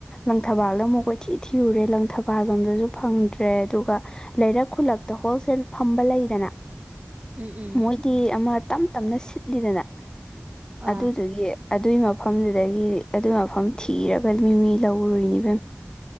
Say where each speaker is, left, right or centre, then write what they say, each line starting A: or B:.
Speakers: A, on the left; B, on the right.
A: ꯂꯪꯊꯕꯥꯜꯗ ꯑꯃꯨꯛ ꯀꯣꯏꯊꯤ ꯊꯤꯔꯨꯔꯦ ꯂꯪꯊꯕꯥꯜ ꯂꯣꯝꯗꯖꯨ ꯐꯪꯗ꯭ꯔꯦ ꯑꯗꯨꯒ ꯂꯩꯔꯛ ꯈꯨꯜꯂꯛꯇ ꯍꯣꯜꯁꯦꯜ ꯐꯝꯕ ꯂꯩꯗꯅ
B: ꯎꯝ ꯎꯝ
A: ꯃꯣꯏꯗꯤ ꯑꯃ ꯇꯞ ꯇꯞꯅ ꯁꯤꯠꯂꯤꯗꯅ
B: ꯑꯥ
A: ꯑꯗꯨꯗꯨꯒꯤ ꯑꯗꯨꯏ ꯃꯐꯝꯗꯨꯗꯒꯤ ꯑꯗꯨꯢ ꯃꯐꯝ ꯊꯤꯔꯒ ꯃꯤꯃꯤ ꯂꯧꯔꯨꯢꯅꯤ ꯢꯕꯦꯝꯃ